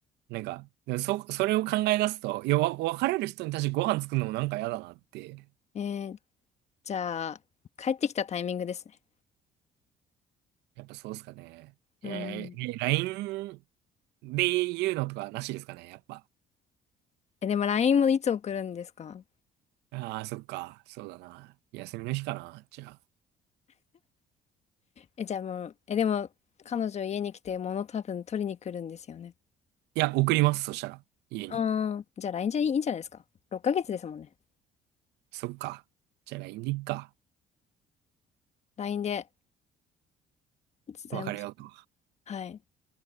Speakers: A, on the right (about 85°); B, on the left (about 40°).
A: なんか、でもそ、それを考え出すと、いや、わ、別れる人に対してご飯作るのもなんか嫌だなって
B: えー、じゃあ、帰ってきたタイミングですね。
A: やっぱそうっすかね。
B: うん。
A: えー、え LINE で言うのとかなしですかね、やっぱ。
B: え、でも LINE もいつ送るんですか
A: ああ、そっか。そうだな。休みの日かな、じゃあ。
B: え、じゃあもう、え、でも、彼女家に来て物多分取りに来るんですよね。
A: いや、送ります、そしたら。家に。
B: ああ、じゃあ LINE じゃいいんじゃないですか。6ヶ月ですもんね。
A: そっか。じゃあ LINE でいっか。
B: LINE で伝えましょう。
A: 別れようと。
B: はい。